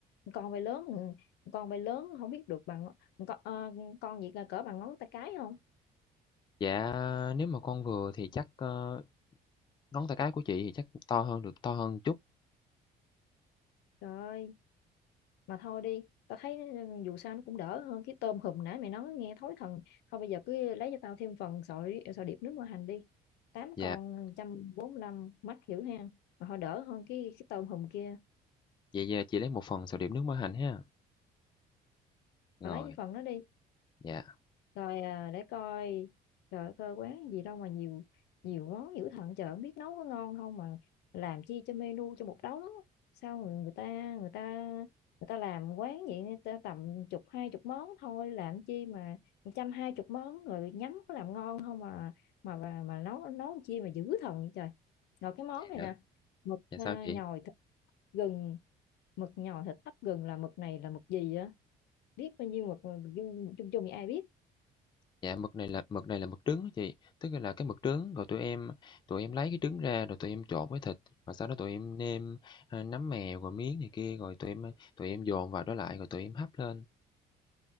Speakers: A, on the left; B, on the left.
A: con bay lớn ừ, con bay lớn không biết được bằng con ờ, con gì cỡ bằng ngón tay cái không
B: Dạ, nếu mà con vừa thì chắc, ơ, ngón tay cái của chị thì chắc to hơn được to hơn chút.
A: trời ơi mà thôi đi tao thấy dù sao nó cũng đỡ hơn cái tôm hùm nãy mày nói nghe thối thần thôi bây giờ cứ lấy cho tao thêm phần sợi sợi điệp nước mỡ hành đi tám
B: Dạ,
A: con một trăm bốn mươi lăm mắt hiểu ha mà thôi đỡ hơn cái cái tôm hùm kia
B: vậy, à, chị lấy một phần sầu điểm nước mỡ hành ha. Rồi,
A: mà lấy cái phần đó đi
B: dạ,
A: rồi à, để coi trời ơi, coi quán gì đâu mà nhiều nhiều món dữ thần chợ biết nấu có ngon không mà làm chi cho menu cho một đống sao người, người ta người ta người ta làm quán vậy người ta tầm chục hai chục món thôi làm chi mà trăm hai chục món rồi nhắm có làm ngon không mà mà mà, mà nấu nấu chi mà dữ thần vậy trời rồi cái món này
B: dạ,
A: nè mực
B: dạ
A: à,
B: sao chị?
A: nhồi thịt gừng mực nhồi thịt hấp gừng là mực này là mực gì á biết bao nhiêu mực mà chung chung chung thì ai biết
B: Dạ, mực này là mực này là mực trứng á chị, tức là cái mực trứng rồi tụi em tụi em lấy cái trứng ra rồi tụi em trộn với thịt, và sau đó tụi em nêm, a, nấm mèo rồi miếng này kia, rồi tụi em, ờ, tụi em dồn vào đó lại rồi tụi em hấp lên.